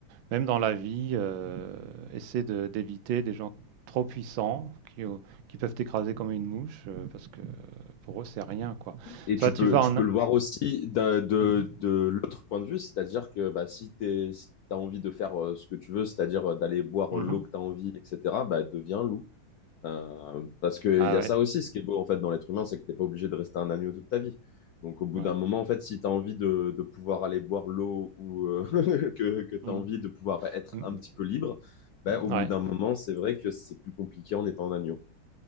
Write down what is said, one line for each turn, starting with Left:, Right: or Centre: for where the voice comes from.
Right: même dans la vie, euh, essaie de- d'éviter des gens trop puissants qui, euh, qui peuvent t'écraser comme une mouche euh, parce que pour eux, c'est rien, quoi.
Left: Et
Right: Soit
Left: tu
Right: tu
Left: peux,
Right: vas
Left: tu
Right: en.
Left: peux
Right: A-
Left: le voir aussi d'un- de,
Right: Mhm.
Left: de l'autre point de vue, c'est-à-dire que bah, si t'es, si t'as envie de faire euh, ce que tu veux, c'est-à-dire euh, d'aller boire
Right: Mhm.
Left: l'eau que t'as envie, etc., bah, deviens loup. Euh, parce qu'il
Right: Ah
Left: y a
Right: ouais,
Left: ça aussi, ce qui est beau en fait dans l'être humain, c'est que t'es pas obligé de rester un agneau toute ta vie. Donc au bout
Right: ouais.
Left: d'un moment, en fait, si t'as envie de, de pouvoir aller boire l'eau ou euh, <laughs> que, que
Right: Mhm.
Left: t'as envie de pouvoir être
Right: Mhm.
Left: un petit peu libre, bah, au
Right: Ouais,
Left: bout d'un moment, c'est vrai que c'est plus compliqué en étant un agneau.